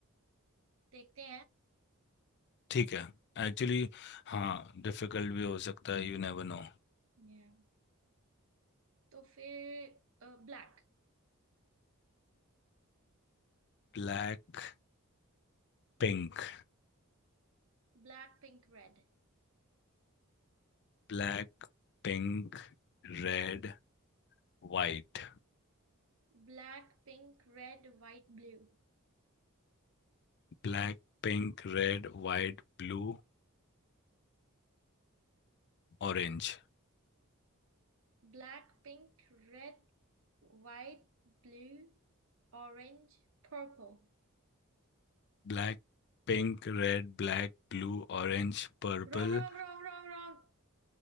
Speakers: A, on the right (about 65°); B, on the left (about 50°).
A: देखते
B: ठीक है एक्चुअली हाँ डिफिकल्ट भी हो सकता है you never know
A: हैं तो फिर black
B: Black pink
A: Black pink red
B: Black pink red white
A: Black pink red white blue
B: Black pink red white blue orange
A: Black pink red white blue orange purple
B: Black pink red black blue orange purple
A: Wrong wrong wrong wrong wrong